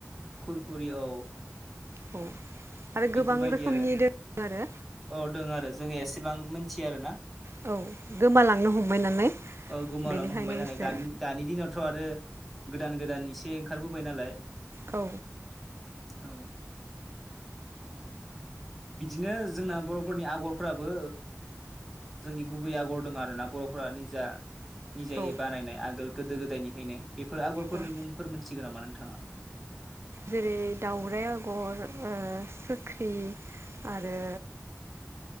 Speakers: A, in the centre; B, on the right (about 50°).
A: खुरखुरि औ।
B: औ आरो गोबां
A: बेफोरबायदि
B: रोखोमनि
A: आरो।
B: दों आरो
A: औ दं आरो जोङो एसेबां मिथियो आरोना।
B: औ गोमालांनो हमबाय नालाय
A: औ गोमालांनो
B: बेनिखायनो
A: हमबाय नालाय
B: एसे
A: दानि दानि दिनावथ' आरो गोदान गोदान एसे ओंखारबोबाय नालाय।
B: औ
A: औ बिदिनो जोंना बर'फोरनि आगर फोराबो जोंनि गुबै आगर दङ आरोना बर'फोरा निजा निजायै
B: औ
A: बानायनाय आगोल गोदो गोदायनिफ्रायनो बेफोर आगरफोरनि
B: औ
A: मुंफोर मोनथिगौ नामा नोंथाङा?
B: जेरै दाउरायाइ आगर ओ सोख्रि आरो